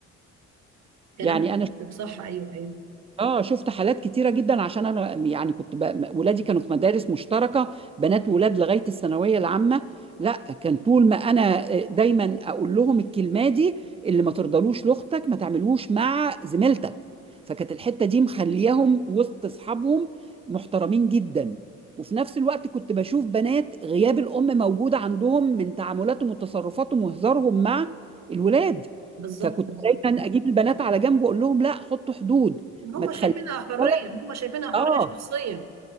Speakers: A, on the right; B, on the right.
A: كلام
B: يعني أنا
A: حضرتك صح ايوه ايوه
B: اه شفت حالات كتيرة جدا عشان انا يعني كنت ب... ولادي كانوا في مدارس مشتركة بنات ولاد لغاية الثانوية العامة لا كان طول ما انا آه، دايما اقول لهم الكلمة دي اللي ما ترضلوش لاختك ما تعملوش مع زميلتك فكانت الحتة دي مخلياهم وسط اصحابهم محترمين جدا وفي نفس الوقت كنت بشوف بنات غياب الام موجود عندهم من تعاملاتهم وتصرفاتهم وهزارهم مع الولاد
A: بالظبط
B: فكنت
A: بالظبط
B: دايما اجيب البنات على جنب واقول لهم لا حطوا حدود
A: هم
B: ما تخليش
A: شايفينها حريه
B: ولد
A: هم شايفينها حريه
B: اه
A: شخصيه